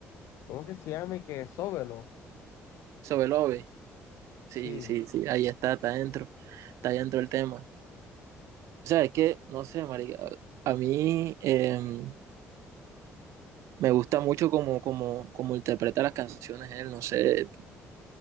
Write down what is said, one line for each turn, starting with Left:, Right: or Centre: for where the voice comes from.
Left: ¿cómo que se llama? Y que Sóbelo.
Right: sobre Love. Sí,
Left: Sí.
Right: sí, sí, ahí está, está dentro, está dentro el tema. O sea, es que, no sé, marica, a mí em, me gusta mucho como, como, como interpreta las canciones él, no sé,